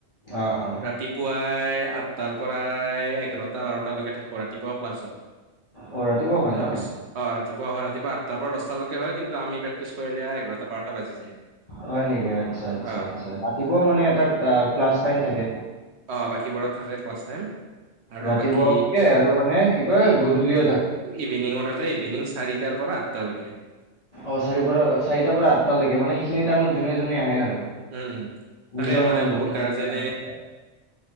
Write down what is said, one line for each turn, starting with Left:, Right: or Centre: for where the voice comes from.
Left: অ অ
Right: ৰাতিপুৱাই আঠটাৰ পৰাই এঘাৰটা বাৰটালৈকে থাকো। ৰাতিপুৱা ক্লাছৰ
Left: অ ৰাতিপুৱা হয়
Right: তাৰপিছত
Left: ন
Right: অ ৰাতিপুৱা -অ ৰাতিপুৱা আ তাৰ পৰা দহটালকে হয় কিন্তু আমি প্ৰেকটি কৰিলে আৰ এঘাৰটা বাৰটা বাজি যায়
Left: হয় নেকি আচ্ছা আচছা
Right: অ
Left: আচ্ছা ৰাতিপুৱাও মানে এটা ক্লাছ টাইম থাকে।
Right: অ বাকীবোৰত থাকে ক্লাছ টাইম আৰু
Left: ৰাতিপুৱাও
Right: বাকী
Left: থাকে আৰু মানে কি কয় গধূলিও থাকে।
Right: ইভিনিং থাকে ইভিনিং চাৰিটাৰ পৰা আঠটালৈকে।
Left: অ চাৰি পৰা চাৰিটাৰ পৰা আঠটা লৈকে মানে সেইখিনি টাইমত যোনে -যোনে আহে আৰু।
Right: উম উম তাকে
Left: নিজৰ
Right: মানে
Left: ম
Right: বহুত
Left: মানায়।
Right: গাৰ্জেনে